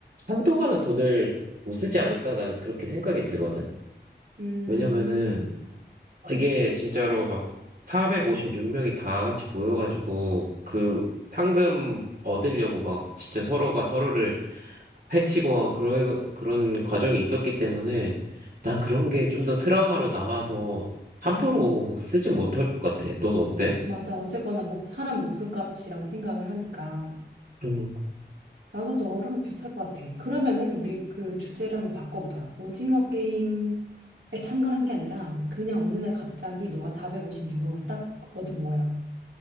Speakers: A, on the right; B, on the right.
A: 한동안은 돈을 못 쓰지 않을까? 난 그렇게 생각이 들거든?
B: 음.
A: 왜냐면은
B: 음,
A: 이게 진짜로 막 456명이 다 같이 모여가지고 그 상금 얻으려고 막 진짜 서로가 서로를 해치고 그런, 그런 과정이 있었기 때문에 난 그런 게 좀 더 트라우마로 남아서 함부로 쓰진 못할 것 같아. 넌 어때?
B: 맞아. 어쨌거나 목, 사람 목숨값이라고 생각을 하니까.
A: 음.
B: 나도 너랑 비슷할 것 같아. 그러면은 우리 그 주제를 한번 바꿔보자. 오징어 게임에 참가를 한 게 아니라 그냥 어느 날 갑자기 너가 456억을 딱 얻은 거야.